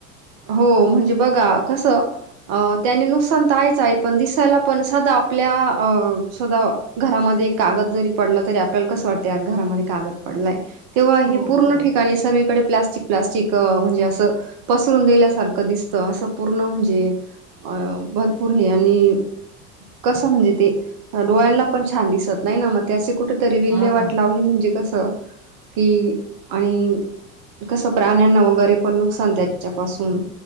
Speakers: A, on the right; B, in the centre.
A: हो म्हणजे बघा कस त्याने नुकसान तर आहेयचं आहे पण दिसायला पण साध आपल्या साध घरामध्ये कागद जरी पडलं तरी आपल्याला कसं वाटतं या घरामध्ये कागद पडलाय तेव्हा हे
B: हो,
A: पूर्ण
B: हो.
A: ठिकाणी सगळीकडे प्लास्टिक प्लास्टी च म्हणजे अस पसरून दिल्यासारखं दिसत असं पूर्ण म्हणजे अ भरपूर हे आणि कसं म्हणजे ते डोळ्यांना पण छान दिसत नाही ना मग ते अस कूट त तरी विल्हेवाट
B: हां ना.
A: लावली म्हणजे कस त कि आणि कसं प्राण्यांना वगैरे पण नुकसान त त्यांच्या पासून